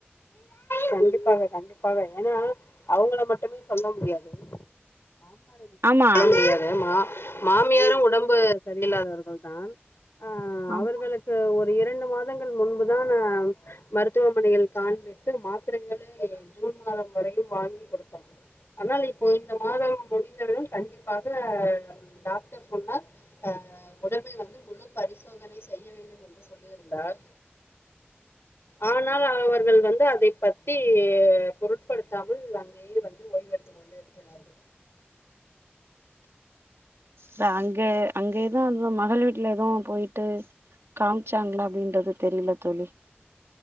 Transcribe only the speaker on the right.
ஆமா
ஆமா
தா அங்க அங்கயே தா இருந்தே மகள் வீட்ல ஏதும் போயிட்டு காம்ச்சாங்ளா அப்படின்றது தெரில தோழி